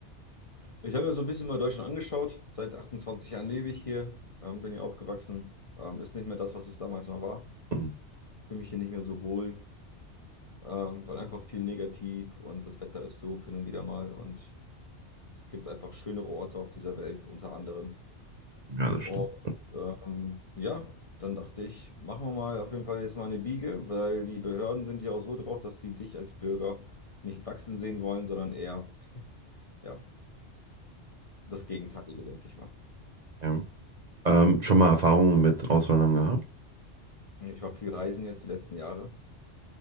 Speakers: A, on the left; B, on the right.
A: Ich habe mir so ein bisschen mal Deutschland angeschaut. Seit 28 Jahren lebe ich hier, ähm, bin hier aufgewachsen. Ähm, ist nicht mehr das, was es damals mal war.
B: Hm.
A: Fühle mich hier nicht mehr so wohl, ähm, weil einfach viel negativ und das Wetter ist doof hin und wieder mal. Und es gibt einfach schönere Orte auf dieser Welt, unter anderem.
B: Ja, das
A: Und
B: stimmt.
A: ähm, ja, dann dachte ich, machen wir mal auf jeden Fall jetzt mal eine Biege, weil die Behörden sind ja auch so drauf, dass die dich als Bürger nicht wachsen sehen wollen, sondern eher, ja, das Gegenteilige, denke ich mal.
B: Ja. Ähm, schon mal Erfahrungen mit Auswandern gehabt?
A: Ich war viel reisen jetzt die letzten Jahre